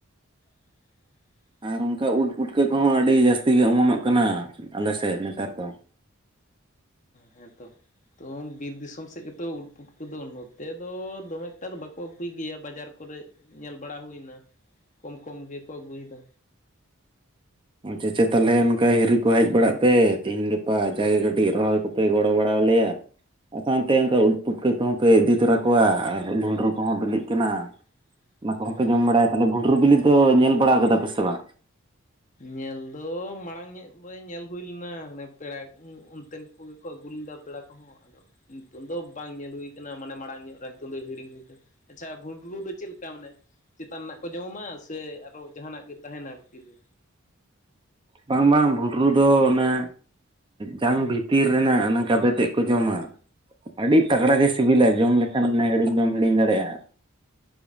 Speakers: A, on the left (about 35°); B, on the right (about 25°).
A: <unintelligible>
B: ᱟᱨ ᱚᱱᱠᱟ ᱩᱴ ᱯᱩᱴᱠᱟᱹ ᱠᱚᱦᱚᱸ ᱟᱹᱰᱤ ᱡᱟᱹᱥᱛᱤ ᱜᱮ ᱚᱢᱚᱱᱚᱜ ᱠᱟᱱᱟ ᱟᱞᱮ ᱥᱮᱫ ᱱᱮᱛᱟᱨ ᱫᱚ᱾
A: ᱦᱮᱸ ᱛᱚ᱾ ᱛᱚ ᱵᱤᱨ ᱫᱤᱥᱚᱢ ᱥᱮᱫ ᱜᱮᱛᱚ ᱩᱴ ᱯᱩᱴᱠᱟᱹ ᱫᱚ, ᱱᱚᱛᱮ ᱫᱚ ᱫᱚᱢᱮ ᱮᱠᱴᱟ ᱫᱚ ᱵᱟᱠᱚ ᱟᱹᱜᱩᱭ ᱜᱮᱭᱟ ᱵᱟᱡᱟᱨ ᱠᱚᱨᱮ᱾ ᱧᱮᱞ ᱵᱟᱲᱟ ᱦᱩᱭ ᱮᱱᱟ, ᱠᱚᱢ ᱠᱚᱢ ᱜᱮᱠᱚ ᱟᱹᱜᱩᱭᱮᱫᱟ᱾
B: ᱟᱪᱪᱷᱟ, ᱟᱪᱪᱷᱟ ᱛᱟᱦᱚᱞᱮ ᱚᱱᱠᱟ ᱦᱤᱨᱤ ᱠᱚ ᱦᱮᱡ ᱵᱟᱲᱟᱜ ᱯᱮ, ᱛᱤᱦᱤᱧ ᱜᱟᱯᱟ ᱡᱟ ᱜᱮ ᱠᱟᱹᱴᱤᱡ ᱨᱚᱦᱚᱭ ᱠᱚᱯᱮᱼᱼ ᱯᱮ ᱜᱚᱲᱚ ᱵᱟᱲᱟ ᱟᱞᱮᱭᱟ᱾ <unintelligible> ᱚᱱᱛᱮ ᱚᱱᱠᱟ ᱩᱫ ᱯᱩᱴᱠᱟᱹ ᱠᱚᱦᱚᱸ ᱯᱮ ᱤᱫᱤ ᱛᱚᱨᱟ ᱠᱚᱣᱟ, ᱟᱨ ᱵᱷᱩᱸᱰᱨᱩ ᱠᱚᱦᱚᱸ ᱵᱤᱞᱤᱜ ᱠᱟᱱᱟ᱾
A: <inaudible>
B: ᱚᱱᱟ ᱠᱚ
A: ᱦᱮᱸ
B: ᱦᱚᱸᱯᱮ ᱡᱚᱢ ᱵᱟᱲᱟᱭᱟ᱾ ᱛᱟᱦᱮᱞᱮ ᱵᱷᱩᱸᱰᱨᱩ ᱵᱤᱞᱤ ᱫᱚ ᱧᱮᱞ ᱵᱟᱲᱟ ᱠᱟᱫᱟ ᱯᱮ ᱥᱮ ᱵᱟᱝ?
A: ᱧᱮᱞ ᱫᱚ ᱢᱟᱲᱟᱝ ᱧᱚᱜᱼᱼ ᱦᱳᱭ ᱧᱮᱞ ᱦᱩᱭ ᱞᱮᱱᱟ, ᱦᱟᱱᱮ ᱯᱮᱲᱟ ᱚᱱᱛᱮᱱ ᱠᱚᱜᱮ ᱠᱚ ᱟᱹᱜᱩ ᱞᱮᱫᱟ ᱯᱮᱲᱟ ᱠᱚᱦᱚᱸᱼᱼ ᱱᱤᱛᱚᱝ ᱫᱚ ᱵᱟᱝ ᱧᱮᱞ ᱦᱩᱭ ᱠᱟᱱᱟ᱾ ᱢᱟᱱᱮ ᱢᱟᱲᱟᱝ ᱧᱚᱜ ᱨᱮ ᱱᱤᱛᱚᱝ ᱫᱚ ᱦᱤᱲᱤᱧ ᱦᱩᱭ ᱠᱟᱱᱟ᱾ ᱟᱪᱪᱷᱟ ᱵᱷᱩᱸᱰᱨᱩ ᱫᱚ ᱪᱮᱫ ᱞᱮᱠᱟᱼᱼ ᱪᱮᱫ ᱠᱟ ᱢᱟᱱᱮ, ᱪᱮᱛᱟᱱ ᱨᱮᱱᱟᱜ ᱠᱚ ᱡᱚᱢᱟ ᱥᱮ ᱟᱨᱚ ᱡᱟᱦᱟᱱᱟᱜ ᱜᱮ ᱛᱟᱦᱮᱱᱟ ᱵᱷᱤᱛᱤᱨ ᱨᱮ᱾
B: ᱵᱟᱝ, ᱵᱟᱝ ᱵᱷᱩᱸᱰᱨᱩ ᱫᱚ ᱚᱱᱮᱼᱼ ᱡᱟᱝ ᱵᱷᱤᱛᱤᱨ ᱨᱮᱱᱟᱜ ᱚᱱᱟ ᱜᱟᱵᱮ ᱛᱮᱫ ᱠᱚ ᱡᱚᱢᱟ᱾ ᱟᱹᱰᱤ ᱛᱟᱜᱽᱲᱟ ᱜᱮ ᱥᱤᱵᱤᱞᱟ, ᱡᱚᱢ ᱞᱮᱠᱷᱟᱱ ᱮᱢ ᱦᱤᱲᱤᱧ ᱵᱟᱢ ᱦᱤᱲᱤᱧ ᱫᱟᱲᱮᱭᱟᱜᱼᱟ᱾